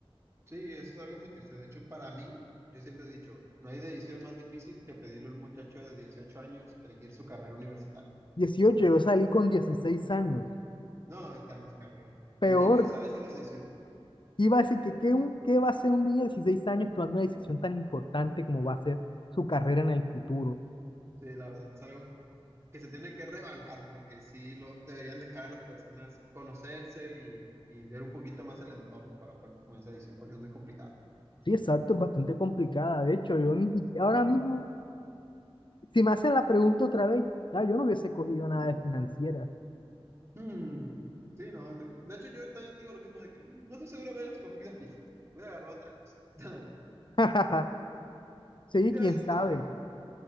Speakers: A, on the right; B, on the left.
A: Sí, eso es algo muy triste. De hecho, para mí, yo siempre he dicho, no hay decisión más difícil que pedirle a un muchacho de 18 años elegir su carrera universitaria.
B: dieciocho yo salí con 16 años.
A: No, está más cabrón.
B: Peor
A: En México sales a los dieciocho
B: Iba a decir que ¿qué, un, qué va a hacer un niño de 16 años tomando una decisión tan importante como va a ser su carrera en el futuro?
A: Sí, la verdad, es algo que se tiene que revaluar porque sí lo deberían dejar a las personas conocerse y, y ver un poquito más el entorno para poder tomar esa decisión porque es muy complicado.
B: Sí, exacto, es bastante complicada. De hecho, yo ni- ahora mismo, si me hacen la pregunta otra vez, ya, yo no hubiese cogido nada de financiera.
A: Mm, Sí, no, de que- de hecho yo también digo lo mismo de que mm, no estoy seguro de haber escogido física, hubiera agarrado otra cosa. <laughs>
B: <laughs> Sí,
A: Sí,
B: quién
A: a veces
B: sabe.
A: toca.